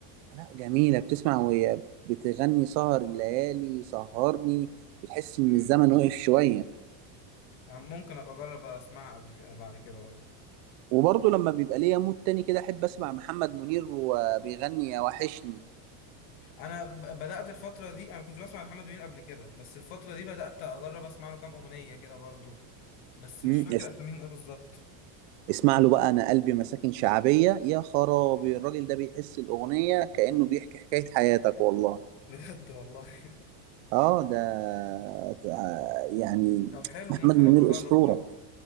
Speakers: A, on the right (about 45°); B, on the left (about 50°).
A: لا جميله بتسمع وهي بتغني سهر الليالي سهرني بتحس ان
B: مم.
A: الزمن وقف شويه
B: آه، ممكن ابقى اجرب اسمعها قبل كده بعد كده برضه
A: وبرضه لما بيبقى ليا مود تاني كده احب اسمع محمد منير وبيغني يا وحشني
B: انا ب- بدات الفتره دي انا كنت بسمع محمد منير قبل كده بس الفتره دي بدات اجرب اسمع له كام اغنيه كده برضه بس
A: مم.
B: مش فاكر اساميهم ايه بالظبط
A: اسمع له بقى انا قلبي مساكن شعبيه يا خرابي الراجل ده بيحس الاغنيه كانه بيحكي حكايه حياتك والله
B: بجد والله <laughs>
A: اه ده ده- يعني
B: طب حلو
A: محمد
B: ممكن
A: منير
B: ابقى اجرب
A: اسطوره
B: برضه